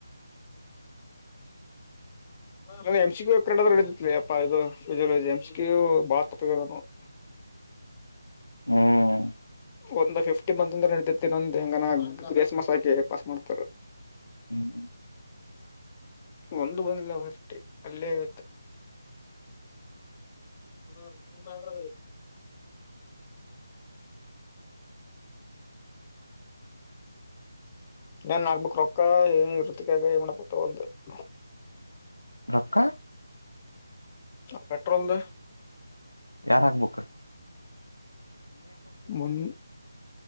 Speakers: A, on the left (about 20°); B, on the left (about 85°).
A: ಎಲ್ಲಾ ಎಮ್ಸಿಕ್ಯೂ ಪೇಪರ್ ಹಿಡಿದಿತ್ಲೆ ಯಪ್ಪ ಇದು ಫಿಸಿಯೊಲೊಜಿ ಎಮ್ಸಿಕ್ಯೂ ಹೋ ಭಾಳಾತಪ್ಪ ಇದು ನೋಡ್.
B: ಹ್ಮ್.
A: ಒಂದ್ ಫಿಫ್ಟಿ ಬಂದ ಅಂದ್ರೆ ನಡತಿರ್ತಿ ನಂದ ಹೆಂಗನ ಗ್ರೇಸ್ ಮಾರ್ಕ್ಸ್ ಹಾಕಿ ಪಾಸ್ ಮಾಡ್ತಾರ.
B: ಹ್ಮ್
A: ಒಂದು ಬಂದಿಲ್ಲ ಅಷ್ಟೆ ಅಲ್ಲೇ ಇತ್ತು. ಹ್ಮ <inaudible> ಏನ್ ಆಗ್ಬೇಕು ರೊಕ್ಕ ಏ ವೃತ್ತಿಕಾಗ ಏನ್ <unintelligible>
B: ರೊಕ್ಕ.
A: ಪೆಟ್ರೋಲ್ದು.
B: ಯಾರ ಆಗ್ಬೇಕ್.
A: ಒಂದ